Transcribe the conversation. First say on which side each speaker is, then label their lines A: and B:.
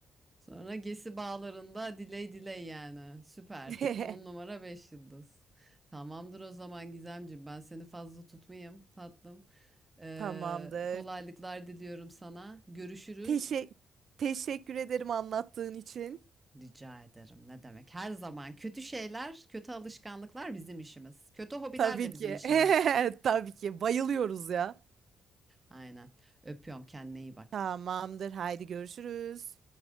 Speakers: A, on the right (about 15°); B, on the right (about 55°).
A: Sonra Gesi Bağları'nda diley diley yani. Süper.
B: <laughs>
A: 10 numara 5 yıldız. Tamamdır o zaman Gizemciğim. Ben seni fazla tutmayayım tatlım. E,
B: Tamamdır.
A: kolaylıklar diliyorum sana. Görüşürüz.
B: Teşe teşekkür ederim anlattığın için.
A: Rica ederim. Ne demek? Her zaman kötü şeyler, kötü alışkanlıklar bizim işimiz. Kötü hobiler
B: Tabii
A: de bizim
B: ki.
A: işimiz.
B: <laughs> Tabii ki. Bayılıyoruz ya.
A: Aynen. Öpüyorum. Kendine iyi bak.
B: Tamamdır. Haydi görüşürüz.